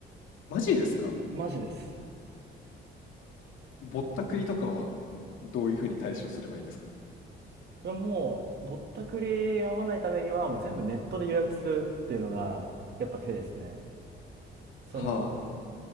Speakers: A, on the left (about 85°); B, on the right (about 55°).
A: マジですか？
B: マジです。
A: ぼったくりとかは、どういう風に対処すればいいんですか？
B: いやもうぼったくり合わないためにはもう全部ネットで予約するっていうのがやっぱ手ですね。その
A: はあ、